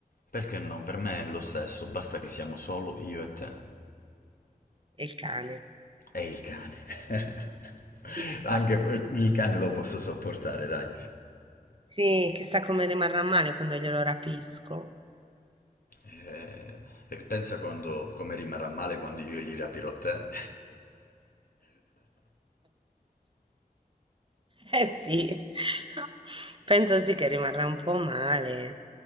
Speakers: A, on the left; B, on the right.
A: Perché no? Per me è lo stesso, basta che siamo solo io e te.
B: E il cane.
A: E il cane. <laughs>
B: <laughs>
A: Anche que- il cane lo posso sopportare, dai.
B: Sì, chissà come rimarrà male quando glielo rapisco.
A: Eh, E pensa quando, come rimarrà male quando io gli rapirò te.
B: Eh sì, <laughs> penso sì che rimarrà un po' male,